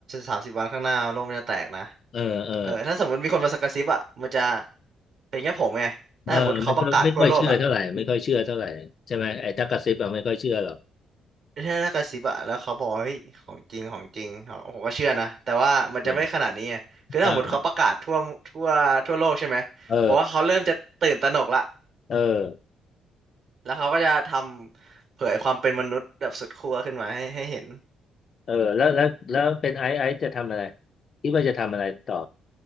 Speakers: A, on the right; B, on the left.
A: สามสิบวันข้างหน้าโลกมันจะแตกนะ
B: ำเออเออ
A: เออถ้าสมมติมีคนมากระซิบอะมันจะเป็นแค่ผมไงถ้าสมมติเขาประกาศทั่วโลกอะ
B: เออมันก็ไม่ค่อยเชื่อเท่าไหร่ไม่ค่อยเชื่อเท่าไหร่ใช่ไหมไอ้ถ้ากระซิบอะไม่ค่อยเชื่อหรอก
A: ถ้าถ้ากระซิบอะแล้วเขาบอกว่าเฮ้ยของจริงของจริงผมก็เชื่อนะแต่ว่ามันจะไม่ขนาดนี้ไงคือถ้าสมมติเขาประกาศทั่วทั่วทั่วโลกใช่ไหมผมว่าเขาเริ่มจะตื่นตระหนกละ
B: เออเออเออ
A: แล้วเขาก็จะทำเผยความเป็นมนุษย์แบบสุดขั้วขึ้นมาให้ให้เห็น
B: เออแล้วแล้วแล้วเป็นไอซ์ไอซ์จะทำอะไรคิดว่าจะทำอะไรต่อ